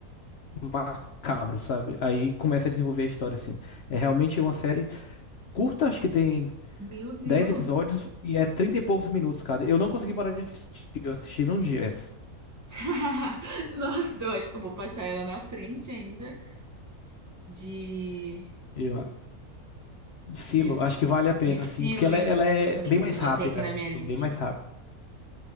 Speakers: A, on the left (about 60°); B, on the right (about 20°).
A: macabro, sabe? Aí começa a desenvolver a história, assim. É realmente uma série curta, acho que tem
B: Meu Deus.
A: 10 episódios e é 30 e poucos minutos cada. Eu não consegui parar de assistir, eu assisti num dia essa.
B: <laughs> Nossa, então eu acho que eu vou passar ela na frente ainda de
A: Eu, Silo,
B: de
A: acho que vale a
B: de
A: pena,
B: si,
A: sim, porque
B: Luiz.
A: ela, é ela é
B: Exatamente,
A: bem mais
B: anotei
A: rápida.
B: aqui na minha listinha.
A: Ela é bem mais rápida.